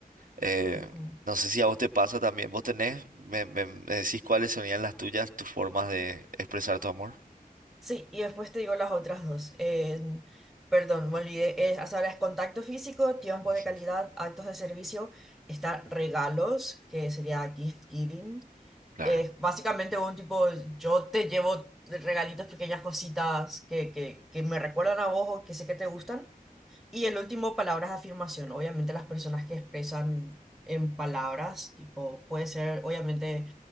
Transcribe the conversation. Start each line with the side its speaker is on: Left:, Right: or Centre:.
Right: Eh,
Centre: Ujú.
Right: no sé si a vos te pasa también, vos tenés, me, me me decís cuáles serían las tuyas, tus formas de expresar tu amor.
Centre: Sí, y después te digo las otras dos. En- perdón, me olvidé. Es, hasta ahora es contacto físico, tiempo
Right: Ujú,
Centre: de calidad, actos de servicio, está regalos, que sería gift giving.
Right: Claro.
Centre: Es básicamente un tipo, yo te llevo regalitos, pequeñas cositas que, que, que me recuerdan a vos o que sé que te gustan. Y el último palabra es afirmación. Obviamente las personas que expresan en palabras, tipo, puede ser obviamente